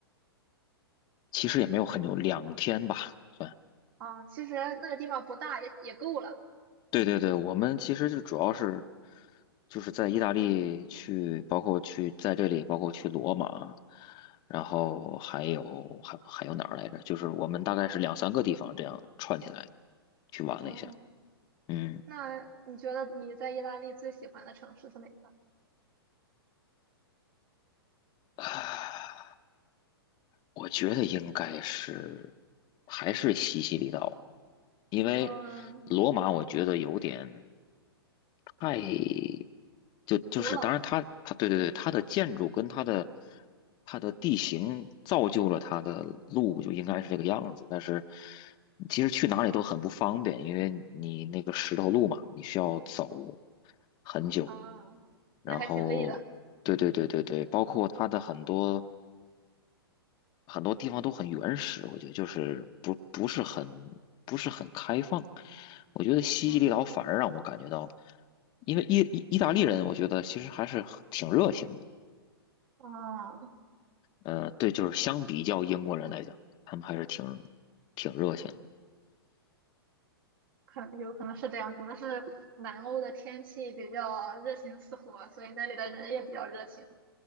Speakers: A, on the left (about 35°); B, on the right (about 60°).
A: 其实也没有很久，两天吧。算。
B: 啊，其实那个地方不大，也也够了。
A: 对对对，我们其实就主要是就是在意大利去，包括去在这里，包括去罗马，然后还有还还有哪儿来着？就是我们大概是两三个地方这样串起来去玩了一下。
B: 嗯，
A: 嗯，
B: 那你觉得你在意大利最喜欢的城市是哪个？
A: 啊我觉得应该是还是西西里岛，因为罗马我觉得有点。
B: 嗯，
A: 太就就是当然它它对对对它的建筑跟它的
B: 古老。
A: 它的地形造就了它的路就应该是这个样子，但是其实去哪里都很不方便，因为你那个石头路嘛，你需要走很久。
B: 啊，
A: 然后，
B: 那还挺累的。
A: 对对对对对，包括它的很多很多地方都很原始，我觉得就是不不是很不是很开放。我觉得西西里岛反而让我感觉到，
B: 嗯，
A: 因为意意意大利人，我觉得其实还是很挺热情的。
B: 啊，
A: 呃，对，就是相比较英国人来讲，他们还是挺挺热情的
B: 可有可能是这样，可能是南欧的天气比较热情似火，所以那里的人也比较热情。